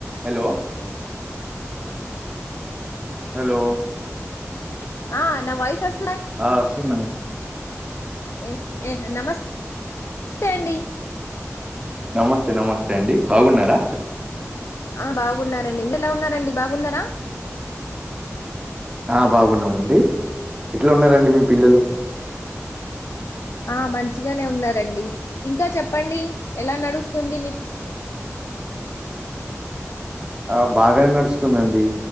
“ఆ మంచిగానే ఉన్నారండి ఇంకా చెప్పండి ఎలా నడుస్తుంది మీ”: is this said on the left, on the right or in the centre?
Left